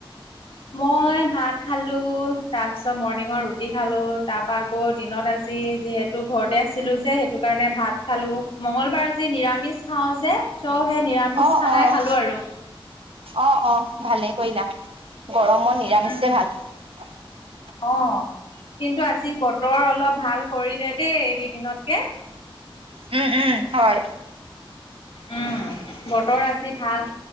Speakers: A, on the left; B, on the right.
A: মই ভাত খালোঁ, তাৰ পিছত মৰ্ণিঙৰ ৰুটি খালো তাৰপা আকৌ দিনত আজি যিহেতু ঘৰতে আছিলোঁ যে সেইটো কাৰণে ভাত খালো মংগলবাৰ আজি নিৰামিষ। খাওঁ যে, চ' সেই নিৰামিষ।
B: অ
A: খানাই
B: অ',
A: খালো আৰু
B: অ', অ' ভালেই কৰিলা গৰমত নিৰামিষে
A: উম
B: ভাল। <inaudible>
A: অ', কিন্তু আজি বতৰ অলপ ভাল কৰিলে দেই এইকেইদিনতকে।
B: উম, উম হয়।
A: উম, বতৰ আজি ভাল।